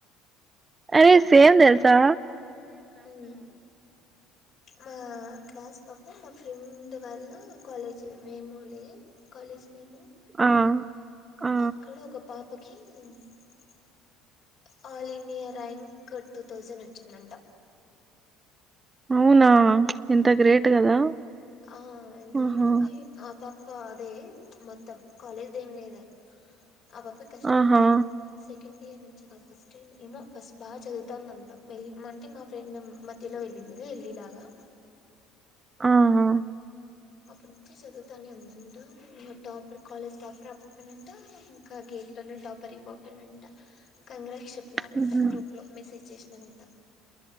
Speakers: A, on the right (about 20°); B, on the left (about 55°).
A: అరే సేమ్ తెల్సా.
B: ఉమ్, మా క్లాస్ పక్క <unintelligible> ఫ్రెండ్ వాళ్ళ కాలేజ్, మేము లే కాలేజ్ నేము.
A: ఆ. ఆ
B: అక్కడ ఒక pop. <unintelligible> All India rank, two thousand ఓచ్చిందంట.
A: అవునా. ఎంత
B: ఉమ్
A: గ్రేట్ కదా
B: ఆ ఎంత గ్రేట్
A: ఆహా
B: కదా, ఏం ఆ పాప్. <unintelligible> అది మొత్తం, కాలేజ్ దేమ్ లేదు. ఆ పాప, కష్టపడి
A: ఆహా
B: చదివింది సేక్. సెకండ్ ఇయర్ నుంచి కాదు, ఫస్ట్ ఇయర్ ఏమో ఫస్ట్ బాగా చదువుతాన్దంట. మేళ్ అంటే మా ఫ్రెండ్ మధ్యలో వెళ్ళిందిలే నీలాగా.
A: ఆహా
B: అప్పటి నుంచి చదువుతానే ఉందంట, టాపర్ కాలేజ్ టాపర్ అప్పప్పన్ అంట, ఇంకా గేట్ లోనే టాప్. <unintelligible> కంగ్రాట్స్ చెప్. నారంటా
A: హుహు.
B: గ్రూప్ లో మెసేజ్ జేస్. జరంట